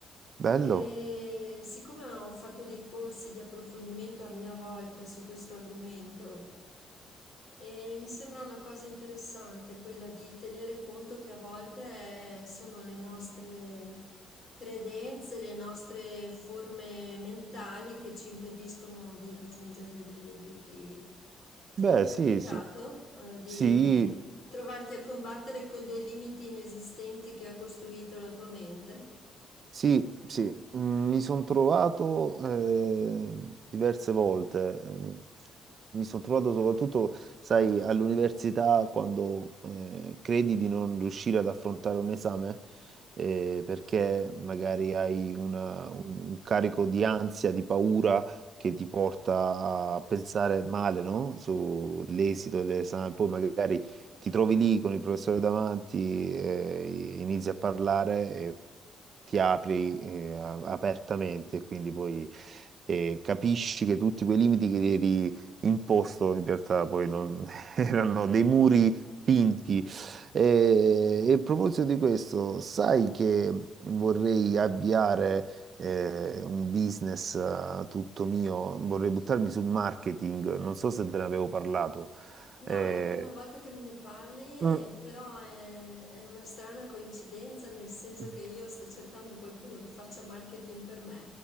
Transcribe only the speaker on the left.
E siccome ho fatto dei corsi di approfondimento a mia volta su questo argomento, e mi sembra una cosa interessante quella di tenere conto che a volte eh, sono le nostre credenze, le nostre forme mentali che ci impediscono di raggiungere degli obiettivi. Ti
è mai capitato,
eh, di
trovarti a combattere con dei limiti inesistenti che ha costruito la tua mente?
Sì.
No,
è la prima volta che me ne parli, e-
però è, è una strana coincidenza, nel senso
che io sto cercando qualcuno che faccia marketing per me